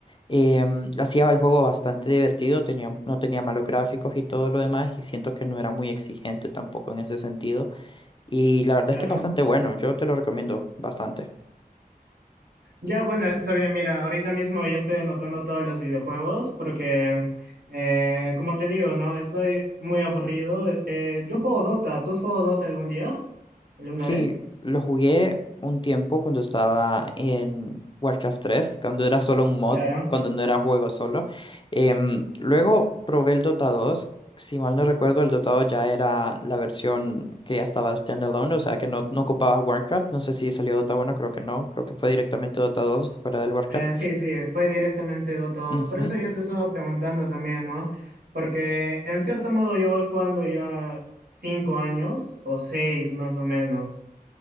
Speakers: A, on the left; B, on the right.
A: eh, hacía el juego bastante divertido, tenía, no tenía malos gráficos y todo lo demás, y siento que no era muy exigente tampoco en ese sentido. Y la verdad
B: claro.
A: es que es bastante bueno, yo te lo recomiendo bastante.
B: Ya, bueno, está bien. Mira, ahorita mismo ya estoy anotando todos los videojuegos porque, eh, como te digo, ¿no? Estoy muy aburrido. Eh, yo juego Dota. ¿Tú has jugado Dota algún día? ¿Alguna
A: Sí,
B: vez?
A: lo jugué un tiempo cuando estaba en Warcraft tres, cuando era solo un mod,
B: Claro.
A: cuando no era juego solo. Em, luego probé el Dota dos, Si mal no recuerdo, el Dota dos ya era la versión que ya estaba standalone, o sea que no, no ocupaba Warcraft. No sé si salió Dota uno, creo que no. Creo que fue directamente Dota dos fuera del Warcraft.
B: Eh, sí, sí, fue directamente Dota dos.
A: Ujú.
B: Por eso yo te estaba preguntando también, ¿no? Porque en cierto modo yo voy jugando ya cinco años o seis más o menos.